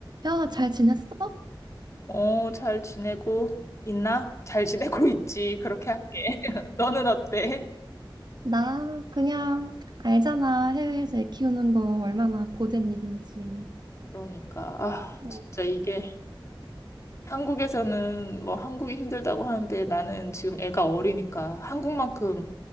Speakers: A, on the right; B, on the left.
A: 야, 잘 지냈어?
B: 어, 잘 지내고 있나? 잘 지내고 있지. 그렇게 할게. <laughs> 너는 어때?
A: 나 그냥 알잖아. 해외에서 애 키우는 거 얼마나 고된 일인지.
B: 그러니까, 아,
A: 어,
B: 진짜 이게 한국에서는 뭐 한국이 힘들다고 하는데 나는 지금 애가 어리니까 한국만큼